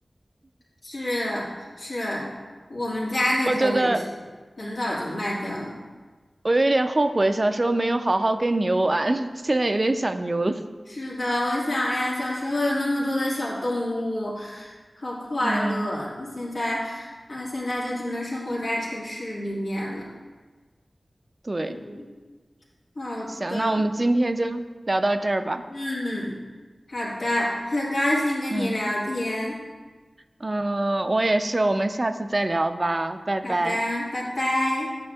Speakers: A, on the left; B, on the right.
A: 是是，我们家那头也是，
B: 我觉得
A: 很早就卖掉了。
B: 我有点后悔小时候没有好好跟牛玩，<laughs> 现在有点想牛了。
A: 是的，我想，哎呀，小时候有那么多的小动物，好快乐。
B: 嗯，
A: 现在，啊，现在就只能生活在城市里面了。
B: 对，
A: 嗯，好的，
B: 行，那我们今天就聊到这儿吧。
A: 嗯，好的，很高兴跟你聊天。
B: 嗯嗯，我也是，我们下次再聊吧，拜拜。
A: 好的，拜拜。